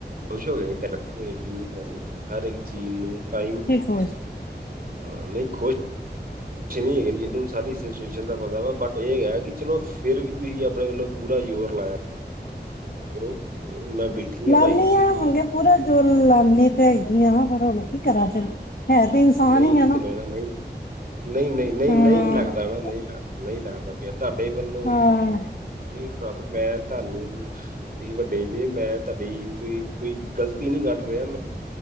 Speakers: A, on the right; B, on the left.
A: ਖੁਸ਼ ਹੋ ਗਏ ਟ ਹਰ ਇੱਕ ਚੀਜ਼ ਨੂੰ ਟਾਈਮ
B: ਹੋ
A: ਹਾਂ ਨਹੀਂ ਖੁਸ਼ <inaudible> ਖੁਸ਼ ਨਹੀਂ ਹੈਗੀ ਇਹਨੂੰ ਸਾਰੀ ਸਿਚੁਏਸ਼ਨ ਦਾ ਪਤਾ ਵਾ ਇਹ ਹੈ ਕਿ ਚਲੋ ਫੇਰ ਵੀ ਤੁਸੀਂ ਆਪਣੇ ਵੱਲੋਂ ਪੂਰਾ ਜ਼ੋਰ ਲਾਇਐ। ਕਰੋ ਮੈਂ ਬੈਠੀ
B: ਲਾਦੀ
A: ਆ ਭਾਈ ਤੁਸੀਂ
B: ਹਾ ਹਗੇ ਪੂਰਾ ਜੋ ਲਾਨੀ ਤੇ ਹੈਗੀ ਆ ਪਰ ਹੁਣ ਕੀ ਕਰਾ ਫੇਰ ਹੈ ਤੇ ਇਨਸਾਨ
A: ਨਹੀਂ
B: ਹੀ ਆ ਨਾ
A: ਮੈਨੂੰ ਨਹੀਂ <inaudible> ਨਹੀਂ-ਨਹੀਂ-ਨਹੀਂ-ਨਹੀਂ
B: ਹੂੰ
A: ਲੱਗਦਾ ਨਹੀਂ ਲੱਗਦਾ ਨਹੀਂ ਲੱਗਦਾ ਪਿਆ ਤੁਹਾਡੇ ਵੱਲੋਂ
B: ਹਾਂ
A: <inaudible> ਮੈਂ ਤਾ ਤਾਨੂੰ ਤੁਸੀ ਵੱਡੇ ਜੇ ਮੈਂ ਤੁਹਾਡੀ ਕੋਈ ਗ਼ਲਤੀ ਨਹੀਂ ਕੱਢ ਰਿਹਾ ਮੈਂ